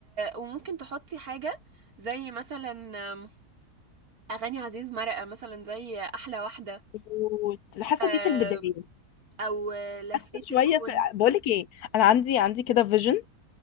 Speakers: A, on the right; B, on the left.
A: وممكن تحطي حاجه زي مثلا آم، اغاني عزيز مرقه مثلا زي احلى واحده
B: مظبوط. حاسه
A: آم،
B: دي في البدايه
A: او لفيت
B: حاسه شويه
A: الكون
B: في بقول لك ايه انا عندي عندي كده فيجن